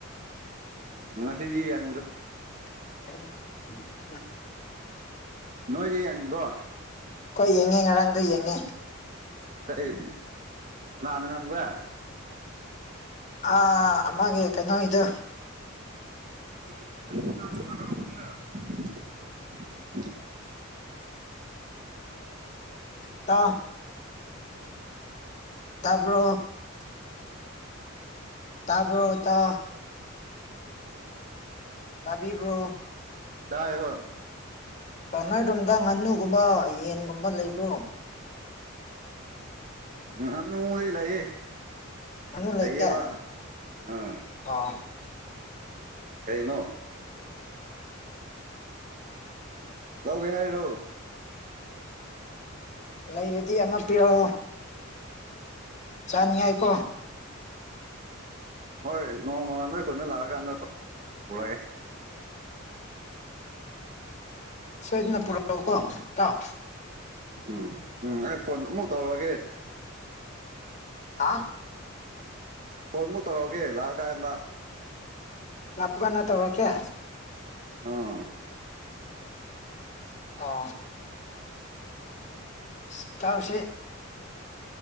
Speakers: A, on the right (about 40°); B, on the left (about 35°).
A: ꯉ ꯁꯤꯗ
B: <unintelligible>
A: ꯅꯣꯏꯦ ꯍꯪꯗꯣ
B: ꯍꯣꯏ ꯌꯦꯡꯉꯦ ꯉꯔꯥꯡꯗ ꯌꯦꯡꯉꯦ
A: ꯀꯩ ꯂꯅꯉꯝ ꯀ
B: ꯑ ꯑꯃꯒꯤꯦ ꯀꯩꯅꯣ ꯏꯣ
A: ꯦ
B: ꯇ ꯇꯥꯄꯣ
A: ꯎ
B: ꯇꯥꯄ ꯑꯣꯇ
A: ꯑꯦ
B: ꯇꯥꯕꯤꯕ꯭ꯔꯣ
A: ꯇꯥꯏ ꯍꯣꯏ
B: ꯆꯅꯥꯏꯔꯣꯝꯗ ꯉꯥꯅꯨꯒꯨꯝꯕ ꯌꯦꯟꯒꯨꯝꯕ ꯂꯩꯕ꯭ꯔꯣ
A: ꯉꯥꯟ ꯅꯣꯡꯃꯗꯤ ꯂꯩꯌꯦ
B: ꯉꯥꯅꯨ ꯂꯩꯌꯦ
A: ꯂꯩꯌꯦꯕ ꯑꯥ
B: ꯑꯣ
A: ꯀꯅꯣ ꯂꯧꯒꯦ ꯍꯥꯏꯔꯣ
B: ꯂꯩꯔꯗꯤ ꯑꯃ ꯄꯤꯔꯛꯑꯣ ꯆꯥꯅꯤꯌꯥꯥꯏꯀꯣ
A: ꯍꯣꯏ ꯅꯣꯡꯃ ꯅꯣꯏ ꯈꯨꯣꯏꯠꯅ ꯂꯥꯛꯑꯀꯥꯟꯗ ꯄꯨꯔꯛꯒꯦ
B: ꯁꯣꯏꯗꯅ ꯄꯨꯔꯛꯣ ꯀꯣ ꯇꯥꯎ
A: ꯎꯝ ꯎꯝ ꯑꯩ ꯐꯣꯟ ꯑꯃꯨꯛ ꯇꯧꯔꯛꯑꯒꯦ
B: ꯑ
A: ꯐꯣꯟꯃꯨꯛ ꯇꯧꯔꯛꯑꯒꯦ ꯂꯥꯛꯑ ꯀꯥꯟꯗ
B: ꯂꯞꯄ ꯀꯥꯟꯗ ꯇꯧꯔꯀꯦ
A: ꯑꯥ
B: ꯑꯥ ꯁꯤꯇꯁꯦ